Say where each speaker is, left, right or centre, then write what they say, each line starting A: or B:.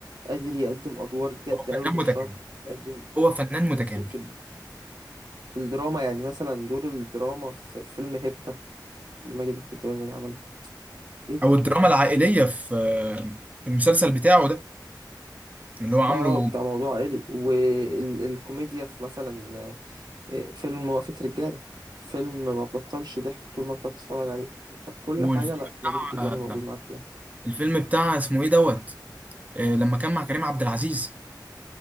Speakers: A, on the right; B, on the right.
A: قادر يقدم ادوار جد
B: هو
A: قوي
B: فنان
A: في
B: متكامل
A: الشر قادم
B: هو فنان متكامل
A: في, في, في الدراما يعني مثلا دور الدراما في فيلم هيبتا اللي ماجد الكدواني اللي عمله ايه ده
B: او الدراما العائليه في في المسلسل بتاعه ده اللي هو عامله
A: اه بتاع موضوع عائلي والكوميديا في مثلا آه، فيلم وقفة رجالة فيلم ما تبطلش ضحك طول ما انت بتتفرج عليه ففي كل
B: والفيلم
A: حاجة لا
B: بتاع
A: ماجد الكدواني موجود معاك فيها
B: الفيلم بتاع اسمه ايه دوت آه، لما كان مع كريم عبد العزيز